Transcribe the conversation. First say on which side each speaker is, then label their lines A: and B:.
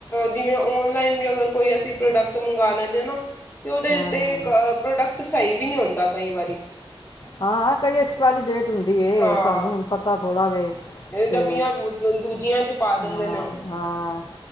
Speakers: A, on the left; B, on the left.
A: ਜਿਵੇਂ ਔਨ ਲਾਈਨ ਵੀ ਅਗਰ ਕੋਈ ਅਸੀਂ ਪ੍ਰੋਡਕਟ ਮੰਗਵਾ ਲੈਂਦੇ ਹਾਂ ਨਾ ਤੇ ਉਹਦੇ
B: ਹਾਂ
A: ਤੇ ਪ੍ਰੋਡਕਟ ਸਹੀ ਵੀ ਨਹੀਂ ਹੁੰਦਾ ਕਈ ਵਾਰੀ
B: ਹਾਂ ਕਈ ਐਕਸਪਾਇਰੀ ਡੇਟ ਹੁੰਦੀ ਏ,
A: ਹਾਂ
B: ਸਾਨੂੰ ਹੁਣ ਪਤਾ ਥੋੜਾ ਵੇ ਤੇ
A: ਡੱਬੀਆਂ ਦੂਜੀਆਂ ਚ ਪਾ ਦਿੰਦੇ
B: ਤੇ ਹਾਂ,
A: ਨੇ ਉਹ